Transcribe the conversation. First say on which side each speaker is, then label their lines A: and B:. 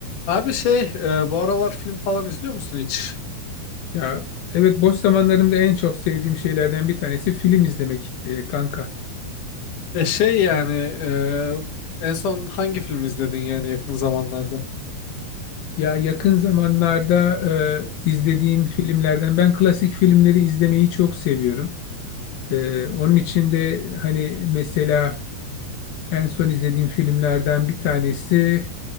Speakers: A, on the left; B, on the left.
A: Abi şey e, bu aralar film falan izliyor musun hiç?
B: Ya evet boş zamanlarımda en çok sevdiğim şeylerden bir tanesi film izlemek e, kanka.
A: E şey yani e, en son hangi film izledin yani yakın zamanlarda?
B: Ya yakın zamanlarda e, izlediğim filmlerden ben klasik filmleri izlemeyi çok seviyorum. E, onun için de hani mesela en son izlediğim filmlerden bir tanesi